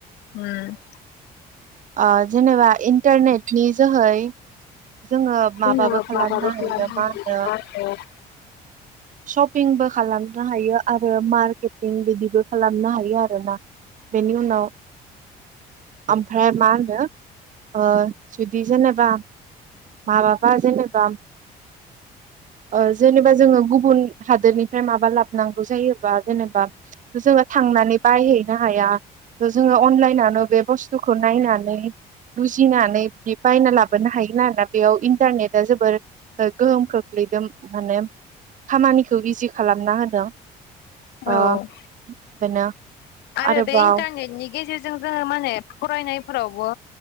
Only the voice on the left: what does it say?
उम
जोङो
खालामनो
हायो
होनो
औ
आरो
बे इन्टरनेट नि गेजेरजों जोङो माने फरायनाय फोरावबो